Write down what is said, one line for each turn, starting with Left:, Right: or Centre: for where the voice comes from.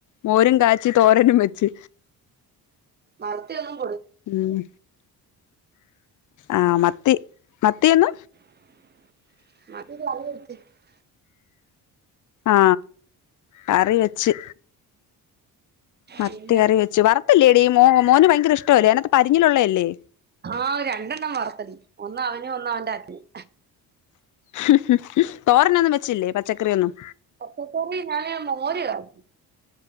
Left: മോരും കാച്ചി തോരനും വെച്ച്
Right: <unintelligible>
Left: ഉം ആ മ ത്തി മത്തി <unintelligible>
Right: <unintelligible>
Left: ആ കറി വെച്ച് മത്തി
Right: പിന്നെ
Left: കറി വെച്ച് വറത്തില്ലേ എടീ മോ മോന് ഭയങ്കര ഇഷ്ടല്ലേഅതിനകത്ത് പരിഞ്ഞലുള്ളയല്ലേ
Right: ആ രണ്ടെണ്ണം വറ്ത്തടീ ഒന്ന് അവനും ഒന്ന് അവന്റെ അച്ഛനും
Left: <unintelligible> തോരനൊന്നും വെച്ചില്ലേ പച്ചക്കറിയൊന്നും
Right: പച്ചക്കറി ഞാന് മോര് കാച്ചി